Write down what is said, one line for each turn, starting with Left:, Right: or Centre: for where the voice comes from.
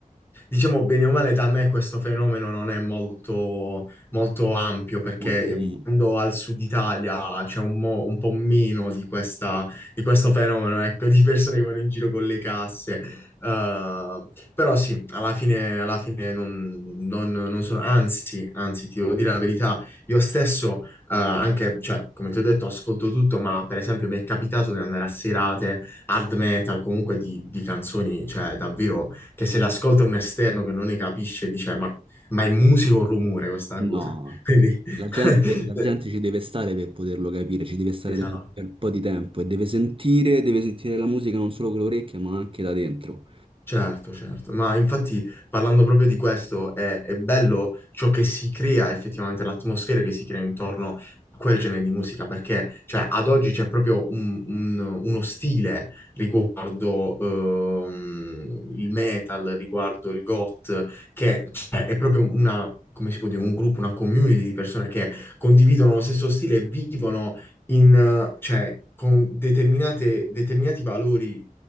Left: Diciamo bene o male, da me questo fenomeno non è molto, molto ampio
Right: <laughs>
Left: perché
Right: Molto comune.
Left: eh, vivendo al sud Italia c'è un, mo- un po' meno di, questa- di questo fenomeno, ecco, di persone che vanno in giro con le casse. Eh, però sì, alla fine, alla fine non, non- non sono, anzi, anzi, ti devo dire la verità, io stesso, eh, anche, cioè, come ti ho detto, ascolto tutto, ma per esempio mi è capitato di andare a serate hard metal, comunque di, di canzoni, cioè davvero che se l'ascolta un esterno che non ne capisce, dice: Ma, ma è musica o rumore questa
Right: No,
Left: cosa? Quindi,
Right: la
Left: <laughs>
Right: gente, la gente ci deve stare per poterlo capire, ci deve stare
Left: esatto.
Right: per per un po' di tempo e deve sentire, deve sentire la musica non solo con le orecchie, ma anche da dentro.
Left: Certo, certo, ma infatti parlando proprio di questo è, è bello ciò che si crea effettivamente, l'atmosfera che si crea intorno a quel genere di musica, perché cioè, ad oggi c'è proprio un- un- uno stile riguardo ehm, il metal, riguardo il goth, che cioè, è proprio una, come si può dire, un gruppo, una community di persone che condividono lo stesso stile e vivono in, eh, cioè, con determinate- determinati valori